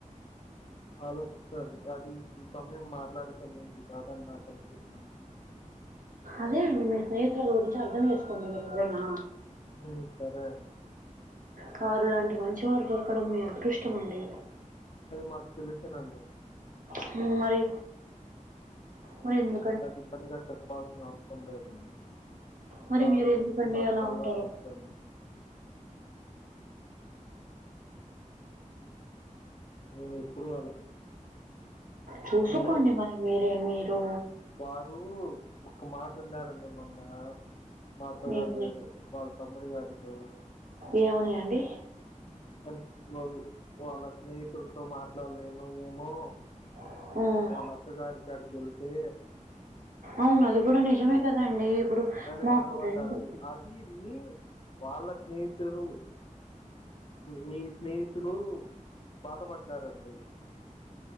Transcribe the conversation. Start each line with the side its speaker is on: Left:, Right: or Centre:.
Left: ఆలోచిస్తారండి అది ఈ సమయం మాట్లాడే సమయం ఇది కాదని నాకు అనిపిస్తుందండి
Right: అదే అండి మీ స్నేహతులు గురించి అర్థం చేసుకోండి మీరు కూడానా
Left: హ్మ్ సరే అండి
Right: సారు లాంటి మంచి వారు దొరకడం మీ అదృష్టం అండి
Left: అది మాకు తెలిసునండి
Right: హ్మ్ మరి మరి ఎందుకు
Left: అదే పనిగా చెప్పాల్సిన అవసరం లేదండి
Right: మరి
Left: దాని
Right: మీరు
Left: గురించి
Right: ఎందుకండి
Left: మాకు
Right: అలా
Left: బాగా
Right: ఉంటారు?
Left: తెలుసాండి నేను ఎప్పుడు
Right: చూసుకోండి
Left: అంటే
Right: మరి మీరే మీరు
Left: వారు ఒక మాట అన్నారండి మొన్న మా అత్త గారి
Right: ఏమని
Left: పేరు వాళ్ల తమ్ముడి గారితో
Right: ఏమని అండీ
Left: ఆ వాళ్ళ స్నేహితుడితో మాట్లాడలేను ఏమో
Right: హ్మ్
Left: వాళ్ళ అక్క గారి కాడికి వెళ్తే
Right: అవును అది కూడా నిజమే కదాండి ఇప్పుడు
Left: అని
Right: మాకు
Left: బాధపడ్డారండి.
Right: రెండు
Left: అది విని వాళ్ళ స్నేహితులు మీ స్నేహితులు బాధపడ్డారండి